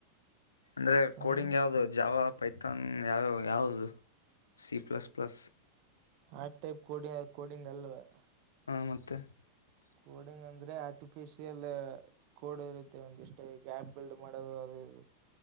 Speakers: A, on the left (about 70°); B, on the right (about 45°).
A: ಅಂದ್ರೆ
B: ನನ್
A: ಕೋಡಿಂಗ್ ಯಾವುದು ಜಾವ ಪೈ <unintelligible> ತನ್ ಯಾವ ಯಾವದು ಸಿ ಪ್ಲಸ್ ಪ್ಲಸ್ <unintelligible>
B: ಆ ಟೈಪ್ ಕೋಡಿ ಕೋಡಿಂಗ್ ಅಲ್ಲದ <unintelligible>
A: ಹಾ ಮತ್ತ? <unintelligible>
B: ಕೋಡಿಂಗ್ ಅಂದ್ರೆ ಆರ್ಟಿಫಿಶಿಯಲ್ ಕೋಡ್ ಇರುತ್ತೆ ಒಂದಿಷ್ಟೇ ಗ್ಯಾಪ್ ಬಿಲ್ಡ್ ಮಾಡೋದು ಇ <unintelligible> ಇದು <unintelligible>